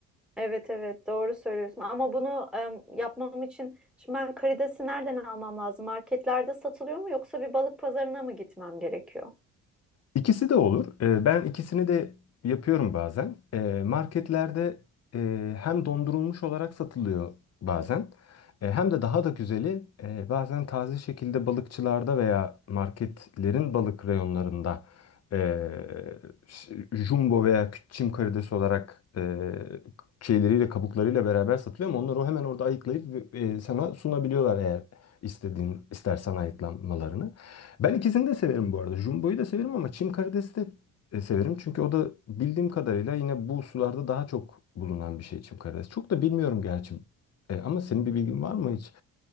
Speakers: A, in the centre; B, on the left.
A: Evet evet doğru söylüyorsun ama bunu em, yapmam için şimdi ben karidesi nereden almam lazım? Marketlerde satılıyor mu yoksa bir balık pazarına mı gitmem gerekiyor?
B: İkisi de olur. Ee, Ben ikisini de yapıyorum bazen. Ee, Marketlerde e, hem dondurulmuş olarak satılıyor bazen. E, Hem de daha da güzeli e, bazen taze şekilde balıkçılarda veya marketlerin balık reyonlarında e, ş- jumbo veya kü- çim karidesi olarak e, şeyleriyle kabuklarıyla beraber satılıyor ama onları o hemen orada ayıklayıp e, sana sunabiliyorlar eğer istediğin istersen ayıklamalarını. Ben ikisini de severim bu arada. Jumbo'yu da severim ama Çim karidesi de e, severim. Çünkü o da bildiğim kadarıyla yine bu sularda daha çok bulunan bir şey Çim karidesi. Çok da bilmiyorum gerçi. E, ama senin bir bilgin var mı hiç?